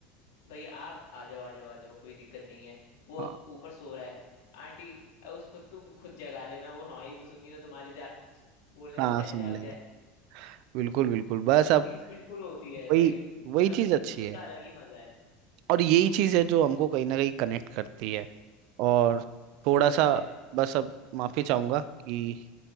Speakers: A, on the left (about 70°); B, on the right (about 60°).
A: भैया आप आ जाओ आ जाओ आ जाओ कोई दिक्कत नहीं है वो
B: हाँ
A: ऊपर सो रहा है आंटी उसको तुम खुद जगा लेना वो हमारी तो सुन नहीं रहा तुम्हारी जा बोलने
B: हाँ
A: से शायद
B: सुन
A: जाग
B: लेगा
A: जाए
B: बिल्कुल बिल्कुल बस
A: वो
B: अब
A: चीज बिल्कुल होती है भाई
B: वही वही
A: मतलब
B: चीज़ अच्छी
A: उसका
B: है
A: अलग ही मजा है
B: और यही चीज़ है जो हमको कहीं ना कहीं कनेक्ट करती है और
A: बिल्कुल
B: थोड़ा सा
A: भाई
B: बस अब माफ़ी चाहूँगा कि